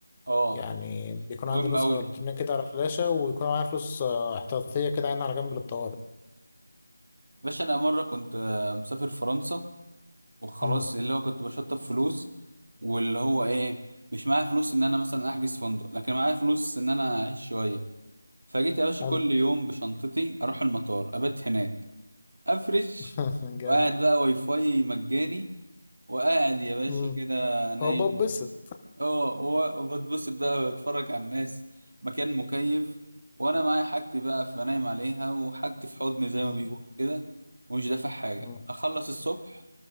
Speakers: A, on the right; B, on the left.
A: اه
B: يعني بيكون
A: مهم
B: عندي نسخة
A: قوي
B: إلكترونية
A: دي
B: كده على فلاشة ويكون معايا فلوس آه احتياطية كده عينها على جنب للطوارئ
A: باشا انا مره كنت آه، مسافر فرنسا وخلاص
B: مم.
A: اللي هو كنت بشطب فلوس واللي هو ايه مش معايا فلوس ان انا مثلا احجز فندق لكن معايا فلوس ان انا اعيش شويه فجيت يا باشا
B: حلو
A: كل يوم بشنطتي اروح المطار ابات هناك افرش
B: <laughs> جامد
A: وقاعد بقى واي فاي مجاني وقاعد يا باشا
B: مم.
A: كده نايم
B: هو ببسط
A: اه و- وبتبسط بقى بتفرج على الناس مكان مكيف وانا معايا حاجتي بقى فنايم عليها وحاجتي في حضني زي
B: مم.
A: ما بيقول كده ومش دافع حاجة
B: مم.
A: اخلص الصبح